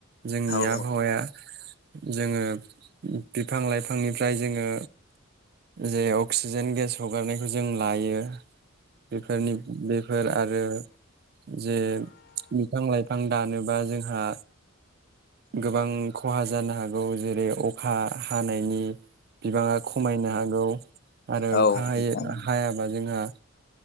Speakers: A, on the right; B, on the left.
A: जोंनि
B: औ
A: आबहावाया जोङो बिफां लाइफांनिफ्राय जोङो जे अक्सिजेन गेस हगारनायखौ जों लायो। बेफोरनि बेफोर आरो। जे बिफां लाइफां दानोबा जोंहा गोबां खहा जानो हागौ, जेरै अखा हानायनि बिबाङा खमायनो हागौ। आरो
B: औ
A: अखा
B: औ नोंथां
A: ह हाया। बा जोंहा